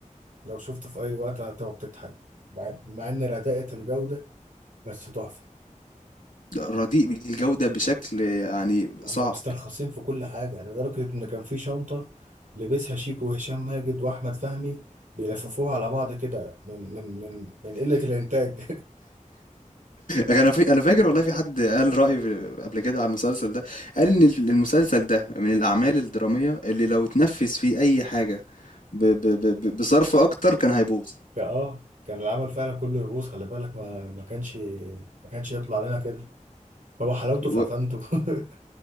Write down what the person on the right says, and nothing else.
لو شفته في أي وقت هتقعد تضحك مع مع إن رداءة الجودة بس تحفة
هم
مسترخصين في كل حاجة يعني لدرجة إن كان في شنطة لبسها شيكو وهشام ماجد وأحمد فهمي بيلففوها على بعض كده من من من من قلة الإنتاج
<laughs> كان- اه كان العمل فعلا كله يبوظ خلي بالك ما ما كانش ما كانش يطلع لنا كده هو حلاوته
في عفانته <laughs>